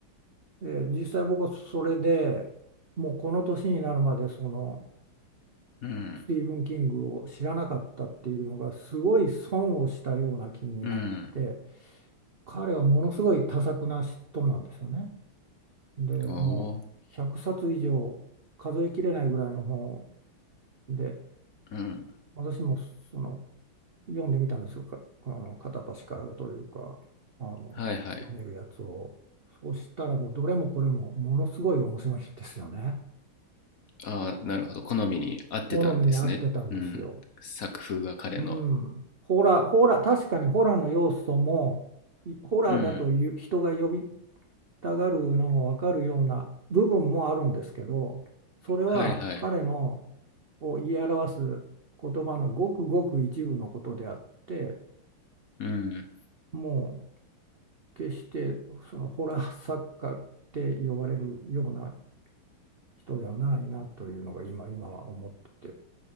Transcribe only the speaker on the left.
うん。
うん。
おお。
うん。
はいはい。
ああ、なるほど。好みに合ってたんですね。
うん。作風が彼の。
うん。
はいはい。
うん。